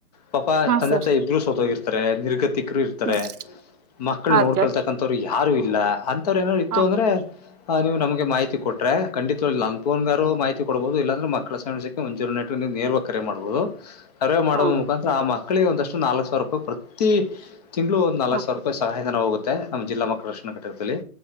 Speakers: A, on the left (about 25°); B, on the right (about 85°).
A: ಪಾಪಾ
B: ಹಾ
A: ತಂದೆ
B: ಸರ್
A: -ತಾಯಿ ಇಬ್ಬರು ಸತ್ತೋಗಿರ್ತಾರೆ. ನಿರ್ಗತಿಕರು ಇರ್ತಾರೆ
B: ಹ್ಮ್
A: ಮಕ್ಕಳ
B: ಹಾ
A: ನೋಡ್ಕೊಳ್ತ
B: ಸರ್
A: ಅಂತವ್ರು ಯಾರು ಇಲ್ಲ ಅಂತವ್ರು ಏನೋರು ಇತ್ತು
B: ಹಾ
A: ಅಂದ್ರೆ ಹ, ನೀವು ನಮ್ಗೆ ಮಾಹಿತಿ ಕೊಟ್ಟ್ರೆ ಖಂಡಿತವಾಗಿ ನನ್ ಪೋನಗಾರು ಮಾಹಿತಿ ಕೊಡ್ಬಹುದು. ಇಲ್ಲಂದ್ರೆ ಮಕ್ಕಳ ಸಕ್ಕೆ ಒಂದಚೂರ ನೆಟ <unintelligible> ನೇರ್ವ ಕರೆ ಮಾಡ್ಬಹುದು ಸರ್ವೆೇ ಮಾಡೋದ
B: ಹಾ
A: ಅಂತಂದ್ರಆ ಮಕ್ಕಳಿಗೆ ಒಂದಷ್ಟು ನಾಲ್ಕು ಸಾವಿರ ರೂಪಾಯಿ ಪ್ರತಿ ತಿಂಗಳು ಒಂದು ನಾಲ್ಕು
B: ಹಾ
A: ಸಾವಿರ ರೂಪಾಯಿ ಸಹಾಯಧನ ಹೋಗುತ್ತೆ. ನಮ್ಮ ಜಿಲ್ಲಾ ಮಕ್ಕಳ ಶಿಕ್ಷಣ ಘಟ್ಟಕದಲ್ಲಿ